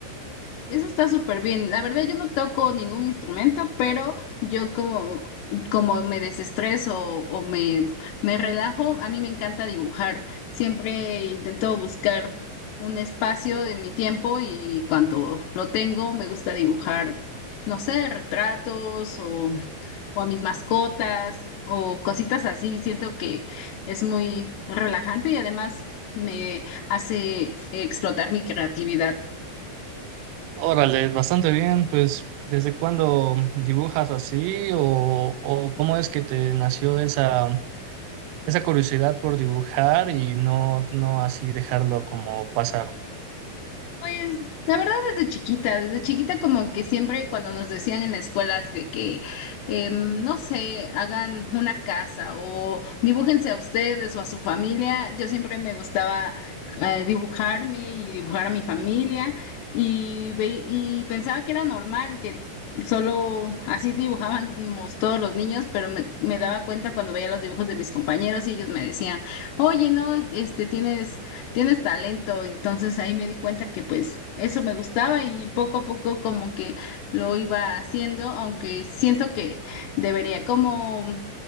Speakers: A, on the left; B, on the right.
A: Eso está súper bien. La verdad, yo no toco ningún instrumento, pero yo como, como me desestreso o, me, me relajo, a mí me encanta dibujar. Siempre intento buscar un espacio de mi tiempo y cuando lo tengo, me gusta dibujar, no sé, retratos o, o a mis mascotas o cositas así. Siento que es muy relajante y además me hace explotar mi creatividad.
B: Órale, bastante bien. Pues, ¿desde cuándo dibujas así o, o cómo es que te nació esa... esa curiosidad por dibujar y no, no así dejarlo como pasar.
A: Pues la verdad desde chiquita, desde chiquita como que siempre cuando nos decían en la escuela así de que, em, no sé, hagan una casa o dibújense a ustedes o a su familia, yo siempre me gustaba eh, dibujarme y dibujar a mi familia y, ve- y pensaba que era normal, que solo así dibujábamos todos los niños, pero me, me daba cuenta cuando veía los dibujos de mis compañeros y ellos me decían, oye, no, este tienes tienes talento. Entonces ahí me di cuenta que pues eso me gustaba y poco a poco como que lo iba haciendo, aunque siento que debería como,